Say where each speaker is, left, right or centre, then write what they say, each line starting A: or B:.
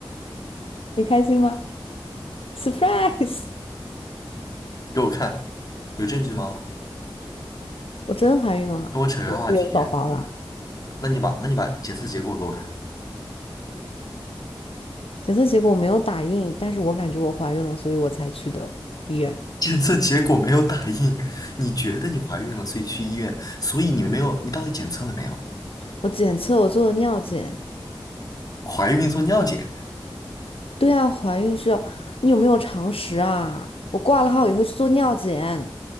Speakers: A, on the left; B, on the left.
A: 你开心吗？Surprise！
B: 给我看，有证据吗？
A: <laughs> 我真怀孕了，
B: 跟我扯开话题。
A: 我有宝宝了。
B: 那你把那你把检测结果给我看，
A: 检测结果我没有打印，但是我感觉我怀孕了，所以我才去的医院。
B: <laughs> 检测结果没有打印，你觉得你怀孕了，所以去医院，所以你没有，你到底检测了没有？
A: 我检测我做了尿检，
B: 怀孕做尿检，
A: 对啊，怀孕是要，你有没有常识啊？我挂了号以后去做尿检，